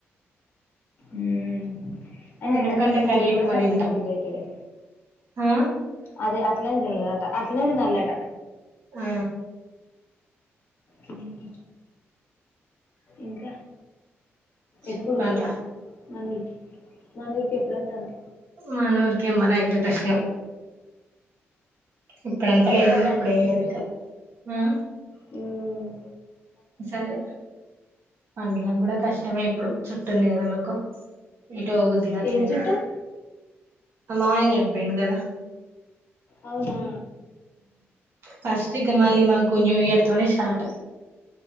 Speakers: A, on the left; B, on the right.
A: మ్మ్ అయినా
B: అన్నం
A: ఎండకాలం
B: కంటే
A: కూరలు
B: కర్రీ ఎక్కువ
A: కూడా సరిగ్గా
B: తింటాం
A: తినబుద్ధి అయితలే
B: ఆ
A: అదే అట్లా అట్లనే తినాల్నట
B: ఆ
A: హ్మ్మ్ ఇంకా
B: చెప్పాలరా
A: ఎప్పుడు ఊరికి మన ఊరికి మన ఊరికి ఎప్పుడు వొత్తన్నావ్
B: మానూర్కి అమ్మ <unintelligible> కష్టం ఇప్పుడు అంతలో
A: బతుకమ్మ
B: ఏముంది ఇప్పుడు ఏం లేదు ఇగా ఆ
A: మ్మ్
B: సరే పండ్లకూడా కష్టమే ఇప్పుడు చుట్టుంది కదా మాకు ఏటోవుద్ది గావట్ల
A: ఏం
B: ఇంగ
A: చుట్టు
B: మా మావయ్య చనిపోయిండు కదా
A: అవునా
B: ఫస్ట్ ఇగా మళ్ళి మాకు న్యూ ఇయర్ తోనే స్టార్ట్